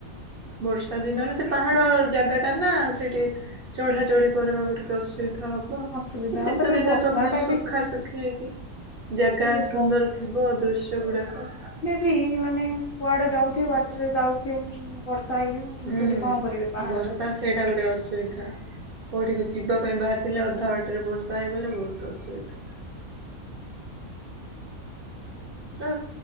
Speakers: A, on the right; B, on the left.
A: ବର୍ଷା ଦିନରେ ସେ ପାହାଡ ଜାଗାଟା ନା ସେଇଟି। ଚଢା ଚଢି କରିବାକୁ ଟିକେ ଅସୁବିଧା ହବ
B: ଅସୁବିଧା
A: ଏ
B: ହବ
A: ଶୀତ
B: ତାପରେ
A: ଦିନରେ
B: ବର୍ଷା
A: ସବୁ
B: ଟା
A: ସୁଖା
B: ବି
A: ସୁକ୍। କି ହେଇକି ଜାଗା
B: ତାପରେ
A: ସୁନ୍ଦର ଥିବ ଦୃଶ୍ୟ ଗୁଡାକ।
B: ପି-ମାନେ କୁଆଡ଼େ ଯାଉଥିବେ ବାଟରେ ଯାଉଥିବେ ବର୍ଷା ହେଇଯିବ।
A: ହୁଁ
B: ଉଁ ସେଠି କଣ କରିବେ ପାହାଡରେ।
A: ବର୍ଷା ସେଇଟା ଗୋଟେ ଅସୁବିଧା। କୋଉଠିକୁ ଯିବା ପାଇଁ ବାହାରିଥିଲେ ଅଧା ବାଟରେ ବର୍ଷା ହୋଇଗଲେ ବହୁତ୍ ଅସୁବିଧା। ନା